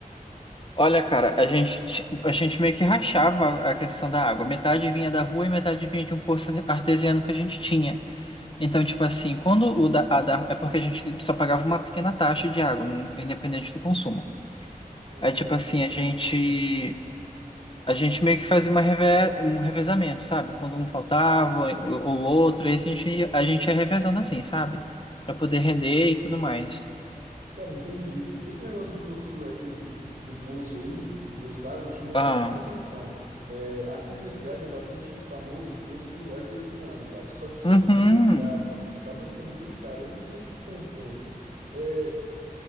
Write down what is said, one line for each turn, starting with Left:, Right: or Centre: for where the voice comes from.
Left: Olha, cara, a gente, ti- a gente meio que rachava a questão da água. Metade vinha da rua e metade vinha de um poço artesiano que a gente tinha. Então, tipo assim, quando o da, a da- é porque a gente só pagava uma pequena taxa de água, n- independente do consumo.
Right: Ah,
Left: Aí, tipo assim, a gente a gente meio que fazia uma reve, um revezamento, sabe? Quando um faltava ou ou outro, esse a gente ia- a gente ia revezando assim, sabe? Pra poder render e tudo mais.
Right: Cara, entendi. Esse negócio do poço artes... do poço aí, poço d'água, me chamou
Left: Ah,
Right: bastante atenção. É, aqui na minha cidade é bastante famoso o poço artesiano, cara. Só que
Left: uhum,
Right: é muito caro, acaba ficando bem caro. Eu não sei se compensa. É,